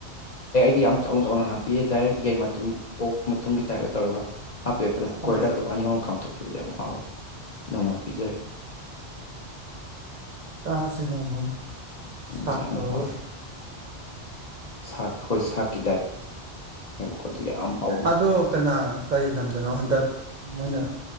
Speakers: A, on the left (about 50°); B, on the right (about 50°).
A: <unintelligible> <unintelligible> ꯌꯥꯝ ꯆꯥꯎꯅ ꯆꯥꯎꯅ ꯍꯥꯞꯄꯤ ꯗꯥꯏꯔꯦꯛ ꯌꯦꯟ ꯃꯇꯨꯝ ꯑꯣꯛ ꯃꯇꯨꯝꯒꯤ ꯇꯥꯏꯞꯇ ꯇꯧꯔꯒ ꯍꯥꯞꯄꯦꯕ ꯑꯗꯨꯝ
B: ꯎꯝ
A: <unintelligible> ꯑꯗꯨꯝ ꯑꯅꯤꯍꯨꯝ ꯀꯥꯝꯊꯣꯛꯈꯤꯕꯗ ꯌꯥꯝ ꯍꯥꯎꯋꯦ ꯅꯣꯡꯃ ꯄꯤꯖꯒꯦ
B: ꯆꯥꯁꯤ ꯅꯣꯡꯃ ꯑꯃ
A: ꯎꯝ
B: ꯁꯥꯥꯛ
A: ꯌꯥꯝ
B: ꯇꯧꯔꯒ
A: ꯍꯥꯎꯋꯦ ꯁꯥꯛ ꯍꯣꯏ ꯁꯥꯛꯀꯤ <unintelligible> ꯍꯥꯎꯕ
B: ꯑꯗꯣ ꯀꯅꯥ ꯀꯔꯤ ꯂꯝꯗꯅꯣ ꯍꯟꯗꯛ ꯃꯣꯏꯅ